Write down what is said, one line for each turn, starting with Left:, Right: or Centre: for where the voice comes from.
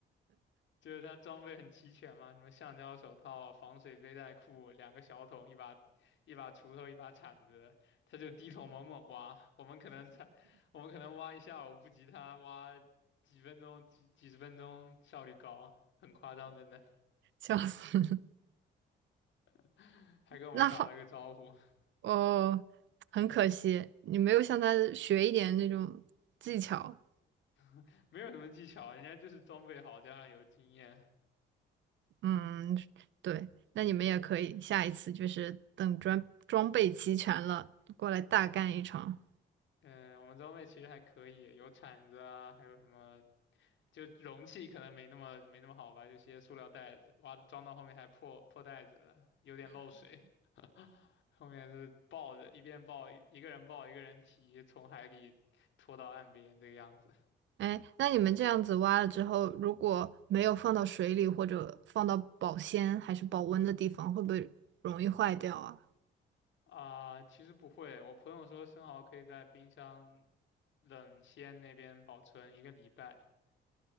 Left: 就是他装备很齐全嘛，什么橡胶手套、防水背带裤、两个小桶、一把一把锄头、一把铲子，他就低头猛猛挖。<laughs> 我们可能才，我们可能挖一下午不及他挖几分钟、几几十分钟，效率高，很夸张，真的。
Right: 笑死。<laughs>
Left: <laughs> 还跟我们打了个招呼，
Right: 那好，哦，很可惜，你没有向他学一点那种技巧。
Left: <laughs> 没有什么技巧，人家就是装备好加上有经验。
Right: 嗯，对，那你们也可以，下一次就是等装装备齐全了，过来大干一场。
Left: 嗯，我们装备其实还可以，有铲子啊，还有什么就容器可能没那么没那么好吧，就些塑料袋子，哇，装到后面还破破袋子了，有点漏水，<laughs> 后面就是抱着一边抱一个人抱一个人提，从海里拖到岸边这个样子
Right: 哎，那你们这样子挖了之后，如果没有放到水里或者放到保鲜还是保温的地方，会不会容易坏掉啊？
Left: 啊、其实不会，我朋友说生蚝可以在冰箱冷鲜那边保存一个礼拜。